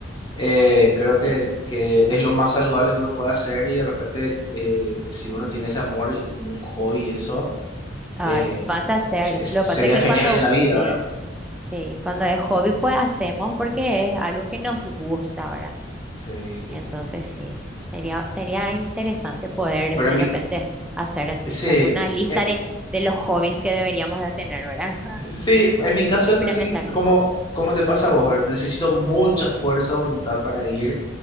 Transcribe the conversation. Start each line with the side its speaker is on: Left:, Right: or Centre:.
Left: eh, creo que,
Centre: Y-
Left: que es lo más saludable que uno puede hacer y de repente eh, si uno tiene ese amor y como un hobby eso,
Centre: Ay,
Left: eh,
Centre: s- vas a hacer,
Left: es-
Centre: lo que
Left: sería
Centre: pasa es que
Left: genial
Centre: cuando,
Left: en la vida,
Centre: sí,
Left: ¿verdad?
Centre: sí, cuando es hobby, pues hacemos porque es algo que nos gusta, ¿verdad?
Left: Sí, sí,
Centre: Entonces
Left: sí.
Centre: sí, sería, sería interesante poder
Left: Pero
Centre: de
Left: en
Centre: repente
Left: mi,
Centre: hacer así
Left: sí,
Centre: alguna lista
Left: eh,
Centre: de, de los hobbies que deberíamos de tener, ¿verdad? <laughs>
Left: sí, en mi caso
Centre: Y implementar.
Left: es casi como, como te pasa a vos, ¿verdad? Necesito mucha fuerza de voluntad para ir.